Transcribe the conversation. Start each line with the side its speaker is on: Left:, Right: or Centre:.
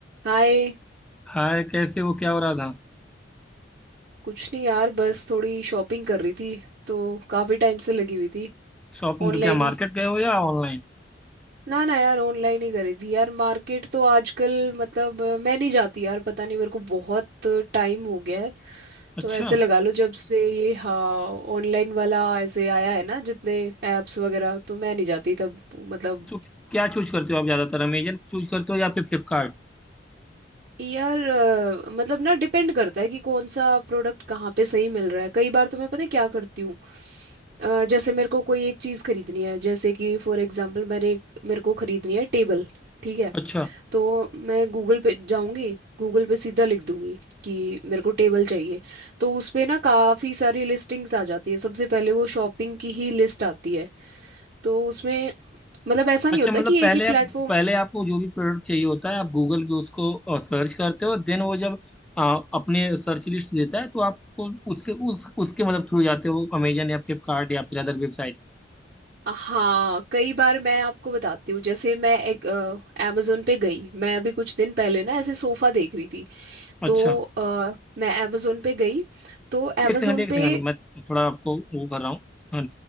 Right: हाय
Centre: हाय कैसे हो क्या हो रहा था
Right: कुछ नहीं यार बस थोड़ी शॉपिंग कर रही थी तो काफ़ी टाइम से लगी हुई थी
Centre: शॉपिंग
Right: ऑनलाइन
Centre: तो क्या मार्केट
Right: ही
Centre: गए हो या ऑनलाइन
Right: ना ना यार ऑनलाइन ही करी थी यार मार्केट तो आजकल मतलब अ, मैं नहीं जाती यार पता नहीं मेरे को बहुत टाइम हो गया है
Centre: अच्छा
Right: तो ऐसे लगा लो जब से ये हाँ ऑनलाइन वाला ऐसे आया है ना जितने ऐप्स वगैरह तो मैं नहीं जाती तब मतलब
Centre: तो क्या चूज करते हो आप ज्यादातर अमेजन चूज करते हो या फिर फ्लिपकार्ट
Right: यार अ, मतलब ना डिपेंड करता है कि कौन सा प्रोडक्ट कहाँ पे सही मिल रहा है कई बार तो मैं पता है क्या करती हूँ अ, जैसे मेरे को कोई एक चीज़ खरीदनी है जैसे कि फॉर एग्जांपल मैंने एक मेरे को खरीदनी है टेबल ठीक है
Centre: अच्छा
Right: तो मैं गूगल पे जाऊंगी गूगल पे सीधा लिख दूंगी कि मेरे को टेबल चाहिए तो उस पे ना काफ़ी सारी लिस्टिंग्स आ जाती है सबसे पहले वो शॉपिंग की ही लिस्ट आती है तो उसमें मतलब ऐसा
Centre: अच्छा
Right: नहीं होता
Centre: मतलब
Right: कि
Centre: पहले
Right: एक ही
Centre: आप
Right: प्लेटफॉर्म
Centre: पहले आपको जो भी प्रोडक्ट चाहिए होता है आप गूगल पे उसको सर्च करते हो देन वो जब अ, अपने सर्च लिस्ट देता है तो आपको उससे उस उसके मतलब थ्रू जाते हो अमेजन या फ्लिपकार्ट या फिर अदर वेबसाइट
Right: हाँ कई बार मैं आपको बताती हूँ जैसे मैं एक अमेजोन पे गई मैं अभी कुछ दिन पहले ना ऐसे सोफ़ा देख रही थी
Centre: अच्छा
Right: तो अ, मैं अमेजोन पे गई तो अमेजोन
Centre: एक सेकंड एक
Right: पे
Centre: सेकंड मैं थोड़ा आपको वो कर रहा हूँ हाँ,